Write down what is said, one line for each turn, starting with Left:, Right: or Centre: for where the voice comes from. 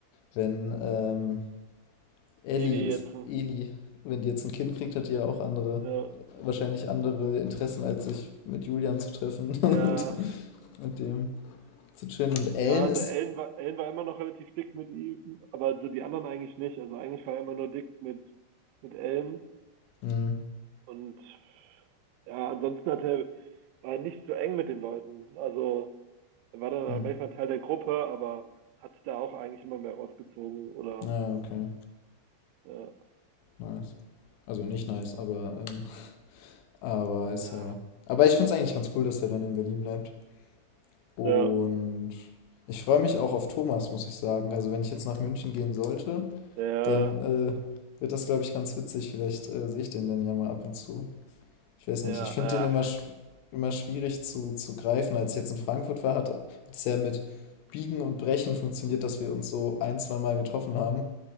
Left: wenn, ähm, Ellie
Right: Eli
Left: ist
Right: jetzt.
Left: Eli. Wenn die jetzt ein Kind kriegt, hat die ja auch andere,
Right: Ja,
Left: wahrscheinlich andere Interessen, als sich mit Julian zu treffen <laughs>
Right: ja,
Left: und mit dem zu chillen. Und Ellen
Right: ja also
Left: ist.
Right: Ellen war, Ellen war immer noch relativ dick mit ihm, aber so die anderen eigentlich nicht. Also eigentlich war er immer nur dick mit, mit Ellen.
Left: Hm,
Right: Und ja, ansonsten hat er, war er nicht so eng mit den Leuten. Also er war dann
Left: hm.
Right: manchmal Teil der Gruppe, aber hat sich da auch eigentlich immer mehr rausgezogen oder
Left: Naja, okay.
Right: ja,
Left: Nice. Also nicht nice, aber, ähm, aber ist
Right: ja,
Left: ja. Aber ich finde es eigentlich ganz cool, dass der dann in Berlin bleibt. Und
Right: ja,
Left: ich freue mich auch auf Thomas, muss ich sagen. Also wenn ich jetzt nach München gehen sollte,
Right: ja,
Left: dann äh, wird das, glaube ich, ganz witzig. Vielleicht äh, sehe ich den dann ja mal ab und zu. Ich weiß
Right: ja.
Left: nicht, ich finde den immer,
Right: äh,
Left: sch- immer schwierig zu, zu greifen. Als ich jetzt in Frankfurt war, hat hat es ja mit Biegen und Brechen funktioniert, dass wir uns so ein, zwei Mal getroffen haben.